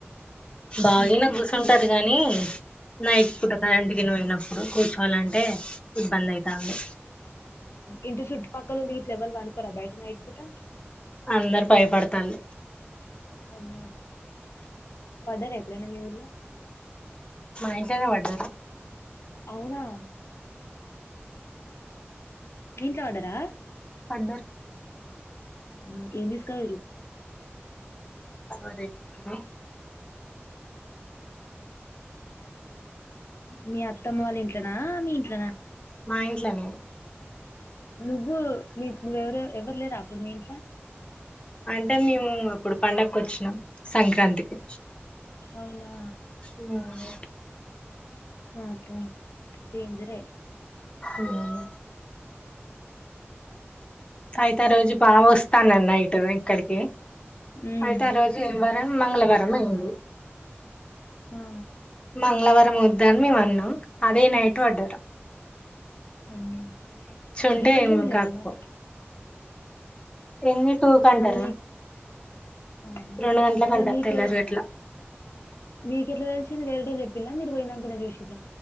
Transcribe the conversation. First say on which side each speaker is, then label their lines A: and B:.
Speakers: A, on the left (about 25°); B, on the left (about 70°).
A: బాగీనా
B: ఇంకా
A: గుసొంటరు గాని నైట్ పూట కరెంట్ గిన పోయినప్పుడు కూర్చోవాలంటే ఇబ్బంది అయితాంది
B: ఇంటి చుట్ పక్కలగిన ఎవల్ పండుకోరా బయట నైట్ పూట
A: అందరు భయపడతాలు
B: అమ్మో పడ్డారా ఎప్పుడైనా మీ ఊళ్లో
A: మా ఇంటనే పడ్డారు
B: అవునా మీ ఇంట్ల పడ్డారా
A: పడ్డర్
B: ఆ ఏం తీసుకపోయిర్రు
A: <unintelligible>
B: మీ అత్తమ్మ వాళ్ళ ఇంట్లోనా మీ ఇంట్లోనా
A: మా ఇంట్లనే
B: నువ్వు మీ మీరు ఎవ్వరు లేరా అప్పుడు మీ ఇంట్ల
A: అంటే మేము అప్పుడు పండగ వచ్చినాం సంక్రాంతికి
B: అవునా
A: ఉహు
B: ఆప్ప డేంజర్ ఏ
A: ఉమ్ అయితే ఆ రోజు బాగా వస్తానన్న ఇటు ఇక్కడికి
B: హ్మ్.
A: అయితే ఆ రోజు ఏంవారం మంగళవారం అయింది
B: ఆ!
A: మంగళవారం ఆ వద్దని మేము అన్నం అదే నైట్ పడారు
B: అమో
A: ఉంటే
B: ఎవరు
A: ఏం
B: జూలేదా
A: కాకపో
B: మరి
A: ఎన్ని టూ కంటారా
B: మన మీ ఆ
A: రెండు గంటలకు
B: మన
A: అంట
B: మీకెవరి
A: తెల్లారి గట్ల
B: మీకు ఎట్లా తెలిసిది వేరేటోళ్లు మీరు పోయినాక చూసి జ